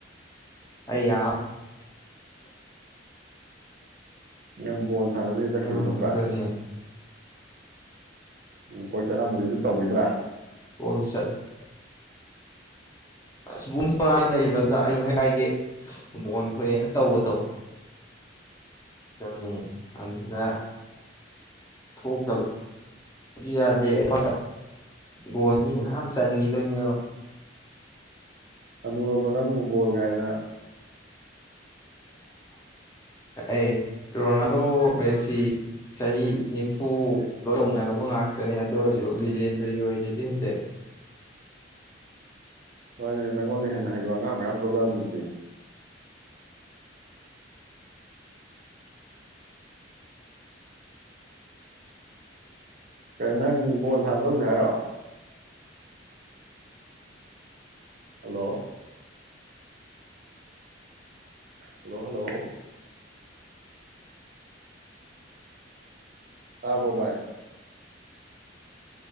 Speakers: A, on the left; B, on the right.
A: ꯑ
B: ꯅꯪ ꯕꯣꯜ ꯁꯥꯟꯅꯅꯦꯅ ꯆꯠꯈꯤꯕ
A: ꯎꯝ
B: ꯅꯠꯇ꯭ꯔꯥ
A: ꯑꯗꯨꯅꯦ
B: ꯎꯝ ꯀꯣꯏ ꯆꯠꯂꯝꯝꯕꯗꯤ ꯑꯗꯨ ꯇꯧꯈꯤꯗ꯭ꯔꯥ
A: ꯍꯣꯏ ꯁꯥ ꯑꯕꯨꯡꯥꯏ ꯂꯩꯕꯗꯨꯗ ꯑꯩꯨ ꯍꯥꯏꯦꯛ ꯍꯥꯏꯥꯏꯒꯤ ꯕꯣꯟ ꯊꯣꯛꯑꯦꯅ ꯇꯧꯕꯗꯣ ꯝ ꯍꯗ
B: ꯍ
A: ꯊꯣꯛ ꯇ ꯁꯨ ꯌꯥꯗꯦ ꯑꯩꯉꯣꯟ ꯒꯣꯣꯟ ꯃꯤ ꯃꯌꯥꯝ ꯆꯟꯈꯤꯗꯣꯏꯅꯦꯕ
B: ꯑꯗꯨꯝꯕ ꯅꯪꯕꯨꯨꯕꯣꯜ ꯀꯥꯏꯅ
A: ꯑꯦ ꯔꯣꯅꯥꯜꯗꯣ ꯃꯦꯁꯤ ꯆꯍꯤ ꯅꯤꯐꯨ ꯂꯣꯏꯊꯣꯛꯅꯕ ꯉꯥꯛꯇꯅꯦ ꯑꯗꯨ ꯑꯣꯏꯔꯁꯨ ꯂꯤꯖꯦꯟꯗꯒꯤ ꯑꯣꯏꯁꯤꯗꯤ ꯍꯧꯖꯤꯛ
B: ꯍꯣꯏꯅꯦ ꯅꯪꯉꯣꯟꯗ ꯍꯦꯟꯅ ꯍꯩꯕ ꯑꯉꯥꯡ ꯃꯌꯥꯝ ꯊꯣꯛꯂꯛꯑ ꯑꯗꯨꯗꯤ ꯀ ꯅꯪ ꯕꯣꯜ ꯁꯥꯟꯅꯗꯧꯁꯦ ꯍꯥꯏꯔꯣ ꯍꯂꯣ ꯍꯂꯣ ꯍꯜꯂꯣ ꯑꯥꯕꯣꯕꯥꯏ